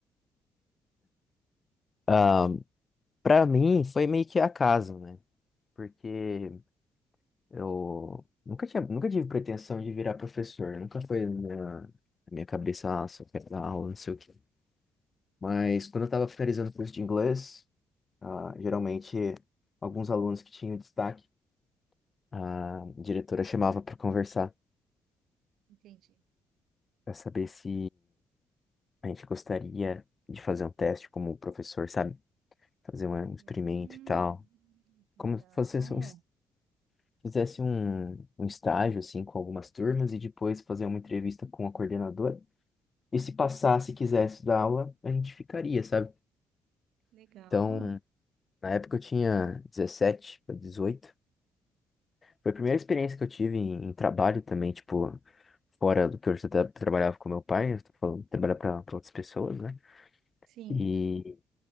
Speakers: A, on the left; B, on the right.
A: Ah, para mim foi meio que acaso, né? Porque eu nunca tinha, nunca tive pretensão de virar professor, nunca foi na minha, na minha cabeça, nossa, eu quero dar aula, não sei o quê. Mas quando eu estava finalizando o curso de inglês, ah, geralmente alguns alunos que tinham destaque, a diretora chamava para conversar,
B: Entendi.
A: para saber se A gente gostaria de fazer um teste como o professor, sabe? Fazer um um experimento
B: Hum,
A: e tal.
B: legal,
A: Como se fosse um es- fizesse um, um estágio, assim, com algumas turmas e depois fazer uma entrevista com a coordenadora. E se passasse e quisesse dar aula, a gente ficaria, sabe?
B: legal.
A: Então, na época eu tinha 17 para dezoito Foi a primeira experiência que eu tive em, em trabalho também, tipo, fora do que eu já tra- trabalhava com meu pai. Eu tô falando, trabalhar para outras pessoas, né?
B: Sim.
A: E,